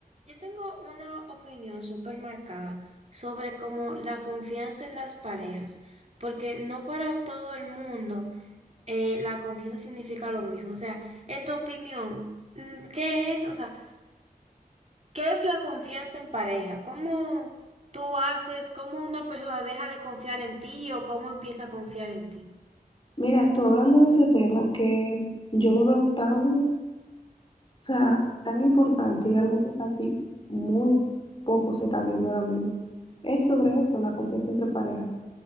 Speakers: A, on the right; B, on the left.
A: Yo tengo una opinión súper marcada sobre cómo la confianza en las parejas, porque no para todo el mundo eh, la confianza significa lo mismo. O sea, en tu opinión, mm, ¿qué es? O sea, ¿qué es la confianza en pareja? ¿Cómo tú haces, cómo una persona deja de confiar en ti o cómo empieza a confiar en ti?
B: Mira, tú hablando de ese tema que yo lo veo tan, o sea, tan importante y algo que casi muy poco se está viendo ahora mismo, es sobre eso, la confianza entre parejas.